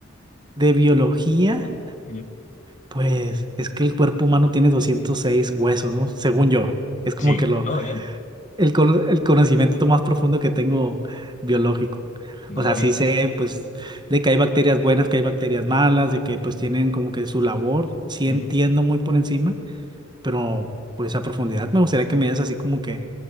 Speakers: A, on the right; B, on the left.
A: de biología,
B: Ya.
A: pues es que el cuerpo humano tiene 206 huesos, ¿no? Según yo. Es como
B: Sí,
A: que lo
B: no, bien,
A: el, cono- el conocimiento más profundo que tengo biológico.
B: no,
A: O sea,
B: bien.
A: sí sé, pues, de que hay bacterias buenas, que hay bacterias malas, de que, pues, tienen como que su labor. Sí
B: Ujú.
A: entiendo muy por encima, pero, pues, a profundidad me gustaría que me dieras así como que